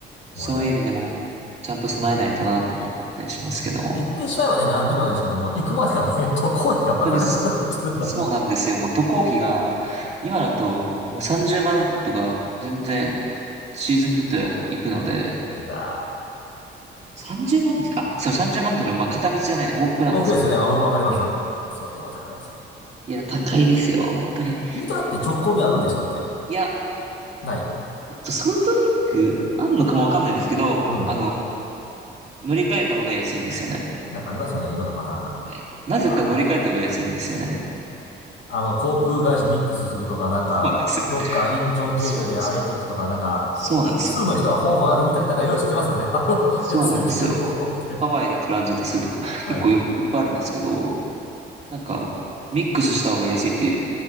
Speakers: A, on the right (about 35°); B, on the left (about 70°).
A: そういう意味でもちゃんと備えないとなっていうのはあったりしますけども。
B: もうね、行ってしまえばね、なんてことないですけども、行くまでがね、<laughs> 渡航費がバカ高くなるっていうのがあります。
A: 本当にそそうなんですよ。もう渡航費が今だともう30万とか全然シーズンにとっては行くので、
B: いや
A: 30万です、あ、そう30万っていうのはまあ片道じゃないで往復なんですけど、
B: ー多くですよね。まあ僕はわかります。
A: はい
B: それでも高いですよ。
A: いや、高いですよ、
B: ね
A: 本当に。
B: ユタって直行便あるんでしたっけ
A: いや、
B: ない。
A: えっと、ソルトレイク、あんのかもわかんないんですけど、
B: うん。
A: あの、乗り換えた方が安いんですよね。
B: なんかありますよね。いろんなパターンが。
A: はい。なぜか乗り換えた方が安いんですよね。
B: あーあの、航空会社ミックスするとか、なんか、
A: そうなんですよ。
B: どっかインチョン経由で会えていくとか、
A: そうなんですよ。
B: なんか、
A: そうなんですよ。
B: ほ通の人は方法あるみたい。なんかいろいろ知ってますよね。<laughs> あの、
A: そうなんですよ。
B: 安く行ける方法って。
A: ハワイでトランジットするとか、
B: はい。
A: 結構よいっぱいあるんですけど、なんか、ミックスした方が安いっていう、